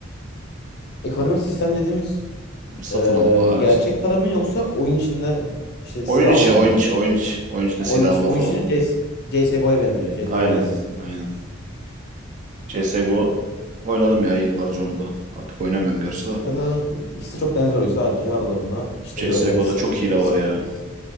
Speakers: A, on the left; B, on the right.
A: Ekonomik sistem dediğimiz
B: Satın
A: e,
B: alma ha
A: gerçek
B: işte.
A: para mı yoksa oyun içinde işte
B: Oyun
A: silah
B: içi,
A: alma
B: oyun
A: mı?
B: içi, oyun içi. Oyun içinde
A: Ha,
B: silah
A: Oyun, iç-
B: alma
A: oyun
B: falan.
A: içinde CS, CSGO'ya benziyor. CSGO'ya
B: Aynen,
A: benziyor.
B: aynen. CSGO oynadım ya yıllarca onu da. Artık oynamıyorum gerçi de.
A: Ya Zaten ikisi de çok benzer oyun. Sadece aralarında işte
B: CSGO'da
A: böyle skin,
B: çok hile var
A: skin
B: ya.